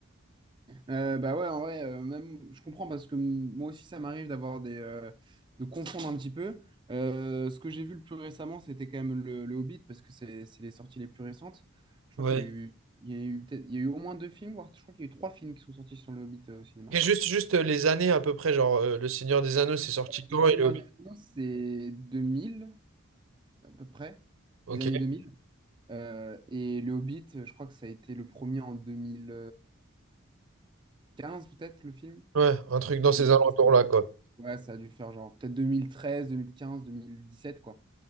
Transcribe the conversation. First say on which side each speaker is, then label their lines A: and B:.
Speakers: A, on the right; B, on the right.
A: Euh, bah ouais, en vrai, euh, même, je comprends parce que m- moi aussi, ça m'arrive d'avoir des, euh, de confondre un petit peu. Euh, ce que j'ai vu le plus récemment, c'était quand même le, le Hobbit parce que c'est c'est les sorties les plus récentes. Je crois
B: Ouais.
A: qu'il y a eu, il y a eu peut-être, il y a eu au moins deux films, voire je crois qu'il y a eu trois films qui sont sortis sur le Hobbit euh, au cinéma.
B: Et juste, juste les années à peu près, genre euh, le Seigneur des Anneaux, c'est sorti quand
A: Le
B: et
A: Seigneur
B: le Hobbit?
A: des Anneaux, c'est 2000. à peu près,
B: Ok,
A: les années 2000. Euh, et Le Hobbit, euh, je crois que ça a été le premier en deux mille quinze peut-être, le film.
B: ouais, un truc dans ces
A: Un truc,
B: alentours-là,
A: c'est-
B: quoi.
A: Ouais, ça a dû faire genre peut-être deux deux deux mille mille treize quinze deux mille dix sept quoi.